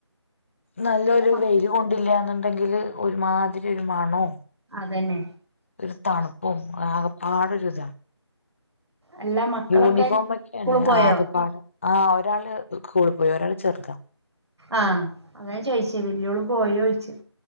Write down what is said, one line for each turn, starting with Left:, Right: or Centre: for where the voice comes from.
Left: നല്ലൊരു
Right: അവിടെ മ
Left: വെയില്- കൊണ്ടില്ലന്നുണ്ടെങ്കില് ഒരുമാതിരി ഒരു മണോ,
Right: അതന്നെ.
Left: ഒരു തണുപ്പും ആകെപ്പാടൊ ഒരുതാ.
Right: അല്ല മക്കളൊക്കെ
Left: യൂണിഫോമോക്കെയാണ്
Right: സ്കൂള് പോയോ
Left: ആകെ- ആഹ് ഒരാള് കകൂള പോയി, ഒരാൾ ചെർതാ.
Right: ആഹ് അങ്ങനെ ചോയിച്ചേ വല്യോള് പോയി ചോദിച്ചു.